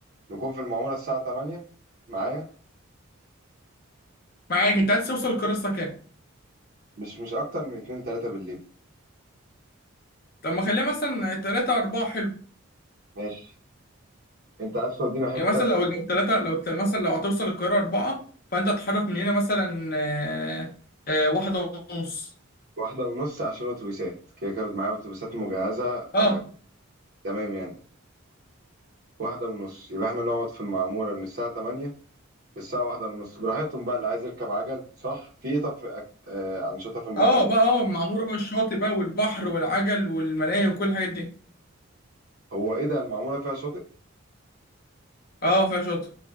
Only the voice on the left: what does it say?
معاك انت عايز توصل القاهرة الساعة كام؟
طب ما خليها مثلا 3 4 حلو
يعني مثلا لو لو 3 لو ت- مثلا لو هتوصل القاهرة 4 فانت تتحرك من هنا مثلا آه، آه، واحدة ونص
اه
اه بقى اه المعمورة بقى الشاطئ بقى والبحر والعجل والملاهي وكل الحاجات دي
اه فيها شاطئ